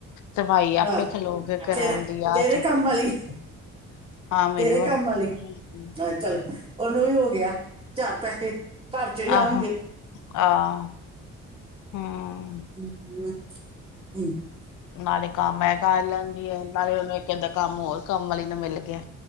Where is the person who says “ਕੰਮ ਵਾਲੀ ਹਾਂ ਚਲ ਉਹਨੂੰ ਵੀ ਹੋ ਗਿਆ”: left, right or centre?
Right